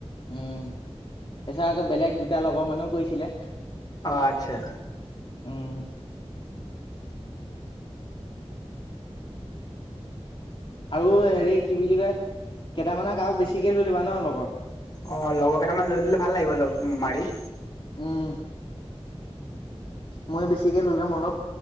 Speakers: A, on the left; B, on the left.
A: উম, তাৰছত আকৌ বেলেগ দুটা লগৰ মানেও কৈছিলে।
B: অ', আচ্ছা।
A: উম। আৰু হেৰি কি বুলি কয় কেইটামানক আৰু আৰু বেছিকে লৈ ল'বা ন' লগৰ।
B: অ', লগৰ কেইটামান লৈ ল'লে ভাল লাগিব মাৰি।
A: উম। ময়ো বেছিকে লৈ ল'ম অলপ।